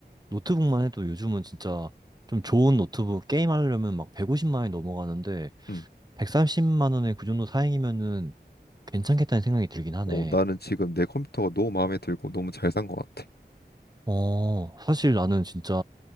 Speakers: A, on the right; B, on the left.
A: 노트북만 해도 요즘은 진짜 좀 좋은 노트북 게임하려면 막 150만 원이 넘어가는데,
B: 음.
A: 130만 원에 그 정도 사양이면은 괜찮겠다는 생각이 들긴 하네.
B: 어, 나는 지금 내 컴퓨터가 너무 마음에 들고 너무 잘 산 것 같아.
A: 어, 사실 나는 진짜